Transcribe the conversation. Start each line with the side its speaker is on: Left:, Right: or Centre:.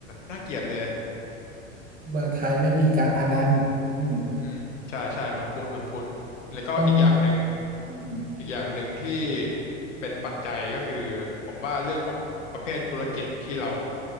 Left: น่าเกลียดเลย
Right: เมืองไทยไม่มีการพนันอืม
Left: อืมใช่ใช่เมืองพุทธเมืองพุทธแล้วก็อีกอย่างหนึ่ง
Right: ต้องอืม
Left: อีกอย่างหนึ่งที่เป็นปัจจัยก็คือผมว่าเรื่องของประเภทธุรกิจที่เรา